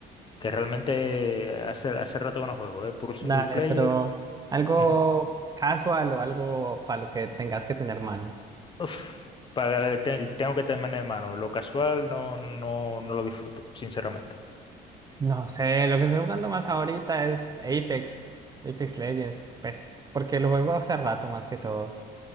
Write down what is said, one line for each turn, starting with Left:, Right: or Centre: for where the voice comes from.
Left: que realmente hace, hace rato que no juego, es Puro single
Right: dale,
Left: player.
Right: pero algo
Left: Ujú.
Right: casual o algo para lo que tengas que tener manos.
Left: Uf, para, te- tengo que tener en mano. Lo casual no, no, no lo disfruto, sinceramente.
Right: No sé, lo que estoy jugando más ahorita es Apex, Apex Legends, pues, porque lo juego hace rato más que todo.